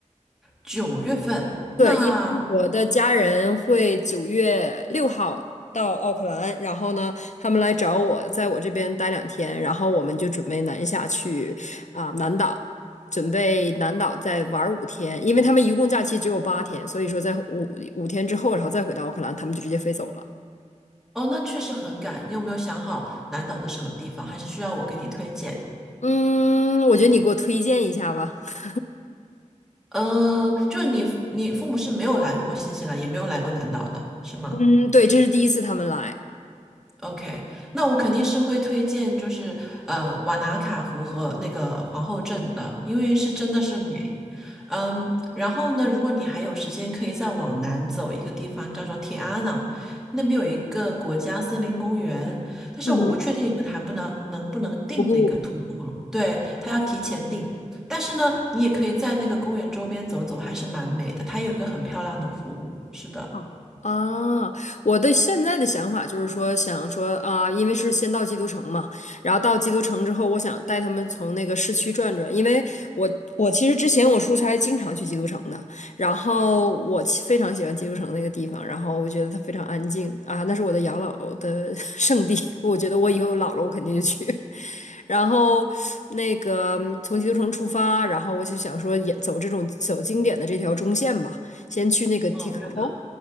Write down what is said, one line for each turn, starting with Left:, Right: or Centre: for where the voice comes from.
Centre: 九月份。
Left: 对，
Centre: 那
Left: 因为我的家人会九月六号到奥克兰，然后呢，他们来找我，在我这边待两天，然后我们就准备南下去啊、南岛，准备南岛再玩五天，因为他们一共假期只有八天，所以说在五五天之后，然后再回到奥克兰，他们就直接飞走了。
Centre: 哦，那确实很赶。你有没有想好南岛的什么地方？还是需要我给你推荐？
Left: 嗯，我觉得你给我推荐一下吧。<laughs>
Centre: 呃，就是你，你父母是没有来过新西兰，也没有来过南岛的，是吗？
Left: 嗯，对，这是第一次他们来。
Centre: OK，那我肯定是会推荐，就是呃瓦纳卡湖和那个皇后镇的，因为是真的是美。嗯，然后呢，如果你还有时间，可以再往南走一个地方，叫做铁阿瑙，那边有一个国家森林公园，但是我不确定你们还不能能不能订那个徒步了，
Left: 嗯哼，我不。
Centre: 对，他要提前订。但是呢，你也可以在那个公园周边走走，还是蛮美的，它有一个很漂亮的湖。是的，
Left: 好啊，我的现在的想法就是说，想说啊，因为是先到基督城嘛，然后到基督城之后，我想带他们从那个市区转转，因为我我其实之前我出差经常去基督城的，然后我其非常喜欢基督城那个地方，然后我觉得它非常安静啊，那是我的养老的 <laughs> 圣地，我觉得我以后老了我肯定就去。<laughs> 然后那个嗯从基督城出发，然后我就想说也走这种走经典的这条中线吧，先去那个提卡坡。
Centre: 嗯，对的，